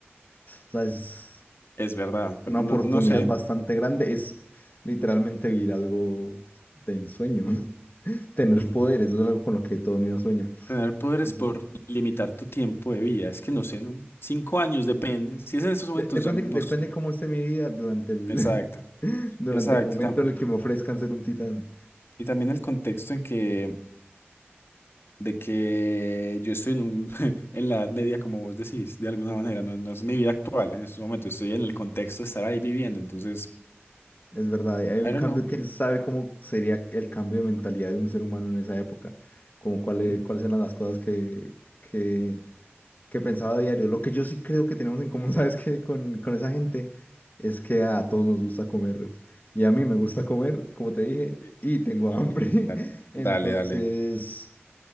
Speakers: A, on the left (about 45°); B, on the left (about 60°).
A: O sea, es
B: es verdad, pero
A: una
B: no,
A: oportunidad
B: no sé.
A: bastante grande. Es literalmente vivir algo de ensueño. <laughs> Tener
B: Ujú.
A: poderes, eso es algo con lo que todo niño sueña.
B: Tener poderes
A: Es-
B: por limitar tu tiempo de vida. Es que no sé, ¿no? Cinco años, depende. Si es en estos momentos,
A: De- depende,
B: ya no
A: depende
B: sé.
A: cómo esté mi vida durante el,
B: Exacto,
A: <laughs> durante
B: exacto.
A: el momento
B: Y, tam-
A: en el que me ofrezcan ser un titán.
B: y también el contexto en que, de que yo estoy en un, <laughs> en la edad media, como vos decís, de alguna manera. No, no es mi vida actual. En estos momentos estoy en el contexto de estar ahí viviendo. Entonces,
A: Es verdad, hay un
B: I don't
A: cambio,
B: know.
A: quién sabe cómo sería el cambio de mentalidad de un ser humano en esa época, como cuáles
B: Ujú.
A: cuáles eran las cosas que, que, que pensaba a diario. Lo que yo sí creo que tenemos en común, <laughs> ¿sabes qué? Con, con esa gente es que a todos nos gusta comer y a mí me gusta comer, como te dije,
B: Sí.
A: y tengo hambre. <laughs>
B: Da-
A: Entonces,
B: Dale, dale.